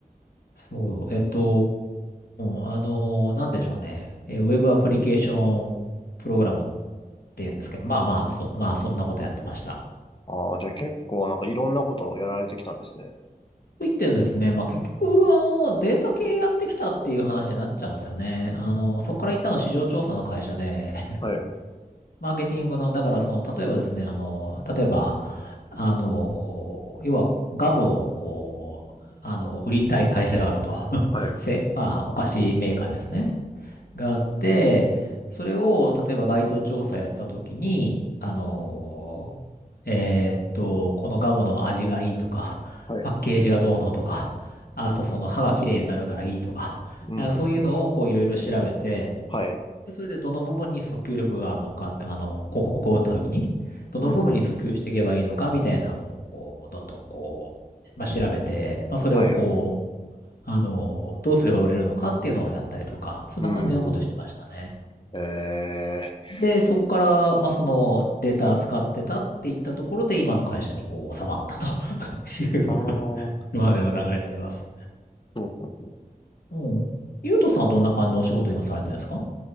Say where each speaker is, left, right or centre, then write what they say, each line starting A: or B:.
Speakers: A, on the left; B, on the left.
A: そう、えっと、うん、あの、なんでしょうね。えー、ウェブアプリケーションプログラムっていうんですけど、まあまあ、そ、まあ、そんなことやってました。
B: ああ、じゃあ結構なんかいろんなことをやられてきたんですね。
A: といってですね、まあ、結局、あの、データ系やってきたっていう話になっちゃうんですよね。あの、そこから行ったの市場調査の会社で、
B: はい。
A: <laughs> マーケティングの、だからその、例えばですね、あの、例えば、あの、要は、ガムを、こう、あの、売りたい会社があると。<laughs>
B: はい。
A: せ、まあ、お菓子メーカーですね。があって、それを、例えば該当調査やったときに、あのーえーっと、このガムの味がいいとか、
B: はい。
A: パッケージがどうのとか、あとその歯が綺麗になるからいいとか、
B: うん、
A: あのそういうのをこういろいろ調べて、
B: うん、うん。はい。
A: で、それでどの部分に訴求力があるのかって、あの、広告を打ったときに、どの部分に訴求していけばいいのかみたいなのを、
B: うん、うん、うん。
A: こう、どんどんこう、まあ、調べて、まあ、それをこう、
B: はい。う
A: あの、どうすれば売れるのかっていうのをやったりとか、そんな感じのことしてましたね。
B: ーん。ええ。
A: で、そこから、まあ、そのデータ使ってたっていったところで、今の会社にこう収まったと <laughs> いうのが、
B: ああ、そ
A: 今までの流れになります。
B: うか。
A: うん。ゆうとさんはどんな感じのお仕事を今されてるんですか